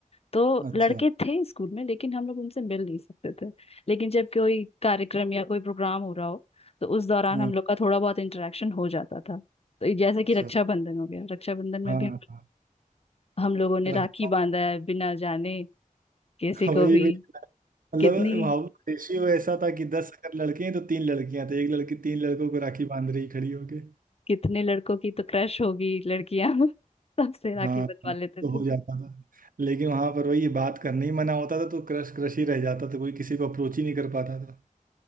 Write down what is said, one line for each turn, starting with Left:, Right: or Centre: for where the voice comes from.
Left: तो
Right: अच्छा
Left: लड़के थे स्कूल में लेकिन हम लोग उनसे मिल नहीं सकते थे लेकिन जब कोई कार्यक्रम या कोई प्रोग्राम हो रहा हो तो उस दौरान
Right: हाँ
Left: हम लोग का थोड़ा बहुत इंटरेक्शन हो जाता था तो ये जैसे कि
Right: अच्छा
Left: रक्षाबंधन हो गया रक्षाबंधन में
Right: हाँ
Left: भी हम,
Right: हाँ,
Left: हम लोगों ने
Right: रक्षा
Left: राखी बांधा है बिना जाने किसी
Right: <laughs> वही
Left: को भी
Right: वही मतलब
Left: कितनी
Right: वहाँ रेशियो ऐसा था कि दस अगर लड़के हैं तो तीन लड़कियां थी एक लड़की तीन लड़कों को राखी बांध रही खड़ी होके
Left: कितने लड़कों की तो क्रश होगी लड़कियां <laughs> सबसे राखी
Right: हाँ
Left: बंधवा
Right: तो
Left: लेते थे
Right: हो जाता था लेकिन वहां पर वही बात करने ही मना होता था तो क्रश क्रश ही रह जाता था कोई किसी को अप्रोच ही नहीं कर पाता था।